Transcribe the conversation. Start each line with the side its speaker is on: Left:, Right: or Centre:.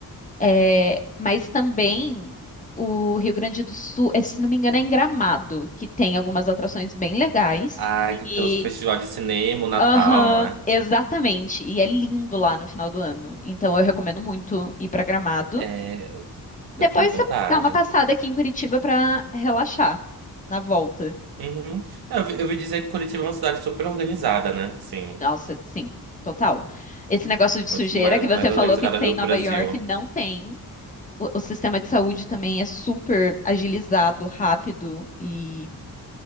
Left: É, mas também o Rio Grande do Sul, é, se não me engano, é em Gramado, que tem algumas atrações bem legais.
Right: Ai,
Left: E
Right: que tem os festival de cinema, o Natal,
Left: Aham,
Right: não é?
Left: exatamente. E é lindo lá no final do ano. Então eu recomendo muito ir para Gramado.
Right: É, eu,
Left: Depois
Right: eu tenho vontade.
Left: você dá uma passada aqui em Curitiba pra relaxar na volta.
Right: Uhum. É, Eu, vi- eu ouvi dizer que Curitiba é uma cidade super organizada, né? Sim.
Left: Nossa, sim, total. Esse negócio de sujeira
Right: Mas, Tipo, mais,
Left: que você
Right: mais organizada
Left: falou que tem
Right: do
Left: em Nova
Right: Brasil.
Left: York, não tem. O, o sistema de saúde também é super agilizado, rápido e